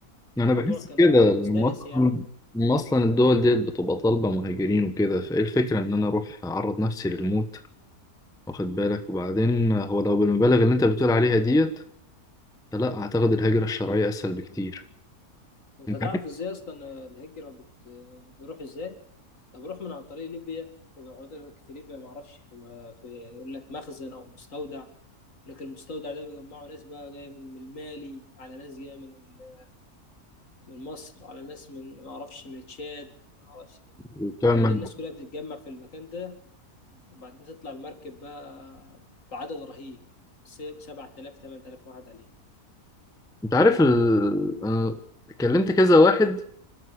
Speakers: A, in the centre; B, on the left.
A: انا
B: والموضوع
A: بحس
B: كان
A: كده ان
B: سلس
A: اصلا
B: يعني
A: إن أصلاً الدول ديت بتبقى طالبه مهاجرين وكده فايه الفكره ان انا اروح اعرض نفسي للموت واخد بالك وبعدين هو لو بالمبالغ اللي انت بتقول عليها ديت فلا اعتقد الهجره الشرعيه اسهل بكتير
B: أنت
A: انت
B: تعرف
A: عارف
B: إزاي أصلا الهجرة بت... بيروح إزاي؟ انا بروح من عن طريق ليبيا وبيقعدوا لك في ليبيا ما اعرفش في, ما في يقول لك مخزن او مستودع يقول لك المستودع ده بيجمعوا ناس بقى جايه من من المالي على ناس جايه من ال- من مصر على ناس من ما اعرفش من تشاد ما اعرفش
A: بتوع
B: وبعدين
A: المجمع.
B: الناس كلها بتتجمع في المكان ده وبعدين تطلع المركب بقى بعدد رهيب سب- 7000 8000 واحد عليها
A: أنت عارف ال... انا كلمت كذا واحد